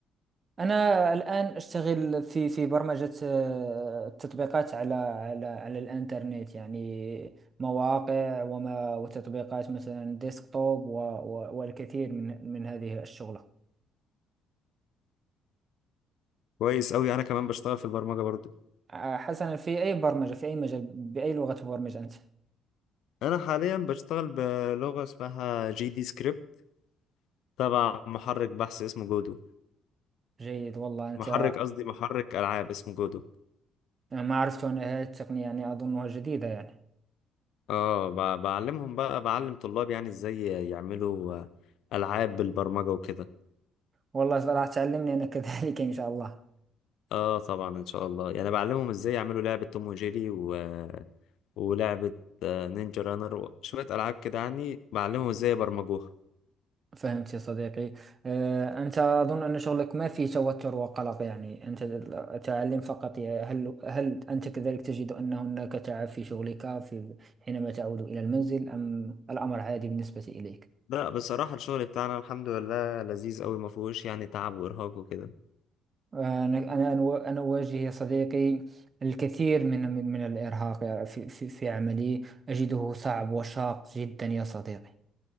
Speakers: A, on the right; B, on the left.
A: أنا الآن أشتغل في في برمجة آه، تطبيقات على على على الإنترنت يعني مواقع وما وتطبيقات مثلا ديسكتوب و- و- والكثير من من هذه الشغلة
B: كويس أوي أنا كمان بشتغل في البرمجة برضو
A: آه، حسنا في أي برمجة في أي مجال بأي لغة تبرمج أنت
B: أنا حاليا بشتغل بلغة اسمها جي دي سكريبت تبع محرك بحث اسمه جودو
A: جيد والله أنت
B: محرك قصدي محرك ألعاب اسمه جودو
A: أنا ما عرفت أن هذه التقنية يعني أظنها جديدة يعني
B: اه ب- بعلمهم بقى بعلم طلاب يعني ازاي يعملوا آه، ألعاب بالبرمجة وكده
A: والله راح تعلمني أنا كذلك <laughs> إن شاء الله
B: اه طبعا إن شاء الله يعني بعلمهم ازاي يعملوا لعبة توم وجيري و... ولعبة آه، نينجا رانر وشوية ألعاب كده يعني بعلمهم ازاي يبرمجوها
A: فهمت يا صديقي آه، أنت أظن أن شغلك ما فيه توتر وقلق يعني أنت تعلم فقط يا- هل هل أنت كذلك تجد أن هناك تعب في شغلك في حينما تعود إلى المنزل أم الأمر عادي بالنسبة إليك؟
B: لا بصراحة الشغل بتاعنا الحمد لله لذيذ أوي مفهوش يعني تعب وإرهاق وكده
A: آه، أنا أنا أنا أنا أواجه يا صديقي الكثير من من من الإرهاق في في في عملي أجده صعب وشاق جدا يا صديقي